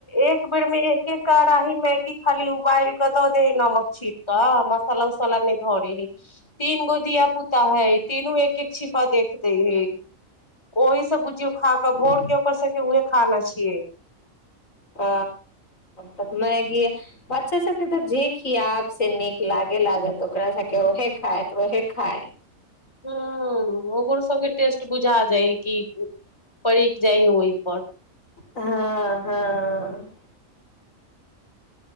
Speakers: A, on the left; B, on the left.
A: एक बेर में एके कड़ााही मैगी खाली उबाल क द नमक छी बाह बा सलम सला नहि धरैय तीन गो धिया पुता है तीनू एके छिपा देखते है ओहि सब बुझियौ खााकऽ भोर
B: ओ
A: के ओकर सबके उहे खाना छियै
B: ह तऽ मैगी बच्चा सभके तऽ जे खियाब से नीक लागे लागत ओकरा सभके उहे खायत ओहे खाय
A: ह ओकरो सबके टेस्ट बुझा जाय है कि परैक जाय है ओ प
B: हँ हँ